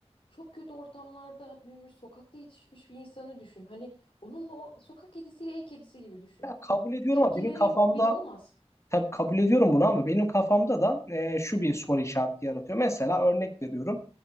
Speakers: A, on the left (about 60°); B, on the left (about 25°).
A: çok kötü ortamlarda büyümüş, sokakta yetişmiş bir insanı düşün. Hani onunla o sokak kedisiyle ev kedisi gibi düşün.
B: Ya kabul ediyorum
A: Tepkileri
B: ama benim kafamda
A: bir olmaz.
B: Tabii kabul ediyorum bunu ama benim kafamda da e, şu bir soru işareti yaratıyor. Mesela örnek veriyorum.